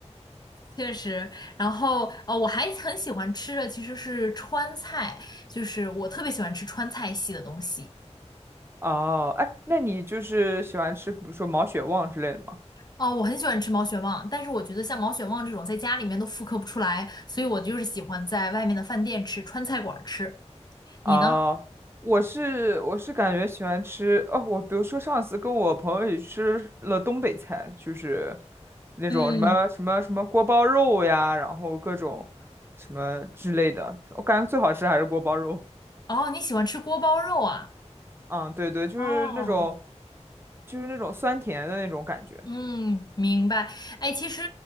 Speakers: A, on the left; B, on the right.
A: 确实，然后呃，我还很喜欢吃的其实是川菜，就是我特别喜欢吃川菜系的东西。
B: 哦，哎，那你就是喜欢吃，比如说毛血旺之类的吗？
A: 哦，我很喜欢吃毛血旺，但是我觉得像毛血旺这种在家里面都复刻不出来，所以我就是喜欢在外面的饭店吃，川菜馆儿吃。
B: 啊，
A: 你呢？
B: 我是我是感觉喜欢吃哦，我比如说上次跟我朋友一起吃了东北菜，就是那种什么什么什么锅包肉呀，
A: 嗯，
B: 然后各种什么之类的，我感觉最好吃还是锅包肉。
A: 哦，你喜欢吃锅包肉啊？
B: 嗯，对对，就是那种
A: 哦。
B: 就是那种酸甜的那种感觉。
A: 嗯，明白。哎，其实，